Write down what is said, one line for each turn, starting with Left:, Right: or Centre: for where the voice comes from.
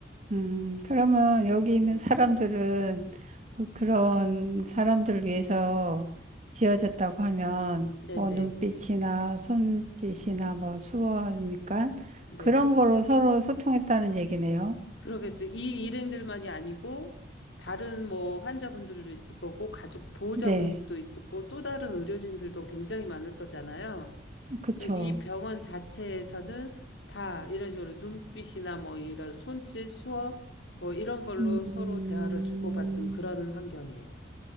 Right: 음, 그러면 여기 있는
Left: 네.
Right: 사람들은 그, 그런 사람들을 위해서 지어졌다고 하면
Left: 네네.
Right: 뭐 눈빛이나 손짓이나 뭐 수어니까
Left: 네.
Right: 그런 거로 서로 소통했다는 얘기네요.
Left: 그러겠죠. 이 일행들만이 아니고 다른 뭐 환자분들도 있을 거고 가족 보호자분들도
Right: 네,
Left: 있을 거고 또 다른 의료진들도 굉장히 많을 거잖아요.
Right: 그쵸.
Left: 그러니까 이 병원 자체에서는 다 이런 식으로 눈빛이나 뭐 이런 손짓, 수어 뭐 이런 걸로
Right: 음,
Left: 서로 대화를 주고받는 그런 환경이에요.